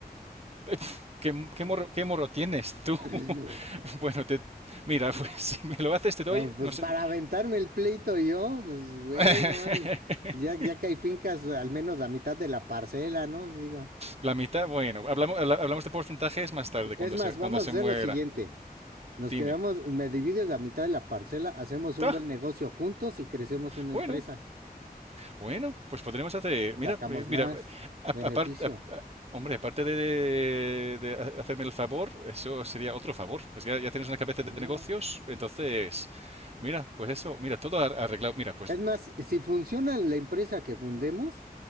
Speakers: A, on the right; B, on the right.
A: <laughs> ¿qué, qué morro, qué morro tienes
B: <laughs>
A: tú? <laughs> Bueno, te, mira, pues <laughs> si me lo haces te doy,
B: Ah, pues
A: no sé.
B: para aventarme el pleito yo, pues güey,
A: <laughs>
B: no mames. Ya, ya que hay fincas, al menos la mitad de la parcela, ¿no? Digo.
A: La mitad, bueno, hablamos, habla- hablamos de porcentajes más tarde,
B: Es
A: cuando
B: más,
A: se, cuando
B: vamos
A: se
B: a hacer
A: muera.
B: lo siguiente. Nos
A: Dime.
B: quedamos, me divides la mitad de la parcela, hacemos un
A: Ah,
B: buen negocio juntos y crecemos una
A: bueno.
B: empresa.
A: Bueno, pues podremos hacer.
B: Y sacamos
A: Mira, eh, mira,
B: más
A: aparte,
B: beneficio.
A: hombre, aparte de, de ha- hacerme el favor, eso sería otro favor. Pues ya, ya tienes una cabeza
B: Sí.
A: de negocios, entonces, mira, pues eso, mira, todo ar- arreglado. Mira, pues,
B: Es más, si funciona la empresa que fundemos,